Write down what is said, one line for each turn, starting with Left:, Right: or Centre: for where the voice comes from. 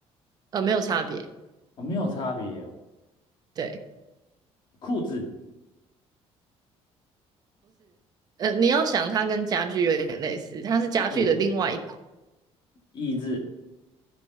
Right: 呃，没有差别。
Left: 哦，没有差别哦。
Right: 对，
Left: 裤子，
Right: 呃，你要想它跟家具有点类似，它是家具的另外一种，
Left: 嗯，椅子，